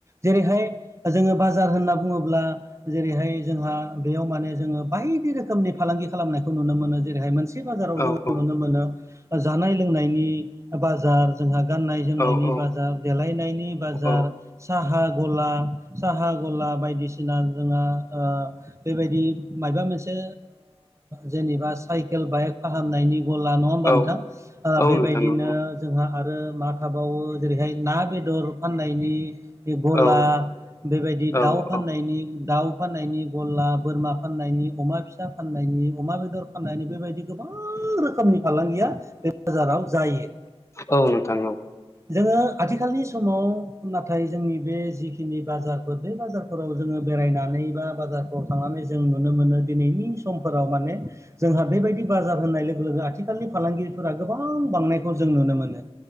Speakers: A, on the right; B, on the left.
A: जेरैहाय जोङो बाजार होनना बुङोब्ला जेरैहाय जोंहा बेयाव माने जोङो बायदि रोखोमनि फालांगि खालामनायखौ नुनो मोनो जेरैहाय मान बाजाराव
B: औ
A: जोङो
B: औ
A: नुनो मोनो जानाय लोंनायनि बाजार जोंहा गाननाय
B: औ
A: जोमनायनि बाजार
B: औ
A: देलायनायनि बाजार
B: औ
A: साहा गला साहा गला बायदिसिना जोंहा बेबायदि माबा मोनसे जेनेबा साइकेल बाइक फाहामनायनि गला नङा होमबा
B: औ
A: नोंथां ओ
B: औ
A: बेबायदिनो
B: नोंथां औ
A: जोंहा आरो मा थाबावो जेरैहाय ना बेदर फाननायनि गला
B: औ
A: बेबायदि
B: औ
A: दाउ फाननायनि दाउ फाननायनि गला बोरमा फाननायनि अमा फिसा फाननायनि अमा बेदर फाननायनि बेबायदि गोबां गोबां रोखोमनि फालांगिया बे बाजाराव जायो।
B: औ नोंथां औ।
A: जोङो आथिखालनि समाव नाथाय जोंनि बे जिखिनि बाजारफोर बे बाजारफोराव जोङो बेरायनानै एबा बाजारफोराव थांनानै जों नुनो मोनो दिनैनि समफोराव माने जोंहा बेबायदि बाजार होननाय लोगो लोगो आथिखालनि फालांगिरिफोरा गोबां बांनायखौ जों नुनो मोनो